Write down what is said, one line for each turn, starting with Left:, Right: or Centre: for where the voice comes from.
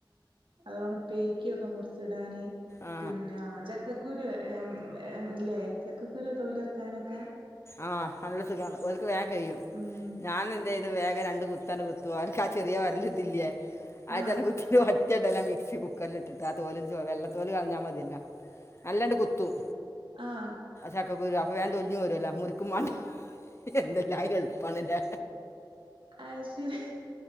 Right: അതോണ ഉപ്പേരിക്കൊക്കെ മുറിച്ചിടാന്
Left: ആ
Right: പിന്ന ച ചക്കക്കുരുല്ലേ ചക്കക്കുരു തോലിർക്കാനൊക്കെ
Left: ആഹ് നല്ല സുഖമാണ് ഒക്ക് വേഗം കെ യും
Right: ഉം
Left: ഞാനെന്ത യ്ത് വേഗം രണ്ട് കുത്തണ്ട് കുത്തോ അവർക്കാ ചെറിയ ഒരലതില്ലേ ആഴ്ച്ചന്ന
Right: ആഹ്
Left: കുത്തി ഒറ്റട്ടല്ല മിക്സി കുക്കറിൽ ഇട്ടിട്ട് ആ തോലി വെള്ളത്തോല് കളഞ്ഞാൽ മതിയല്ല നല്ലണ്ട് കുത്തും
Right: ആഹ്
Left: ചക്ക ക്കുരു അപ്പൊ വേൻ ണ്ട്തൊല്ഞ് പോരു അല്ലൊ മുറിക്കും വേണ്ട എന്തല്ലാഎളുപ്പാണല്ലെ
Right: അയ് ശരി